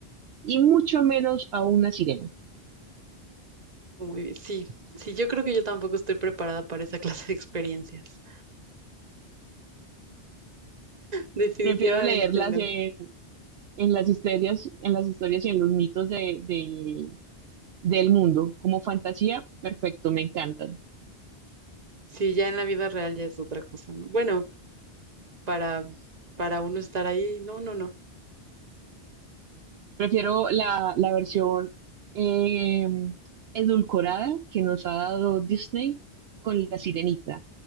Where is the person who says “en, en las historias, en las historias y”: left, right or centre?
Right